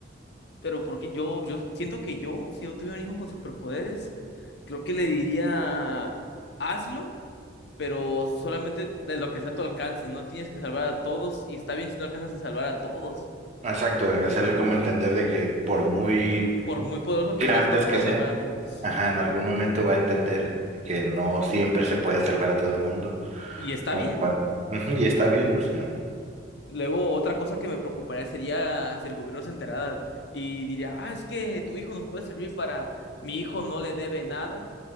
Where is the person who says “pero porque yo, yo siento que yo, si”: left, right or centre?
Left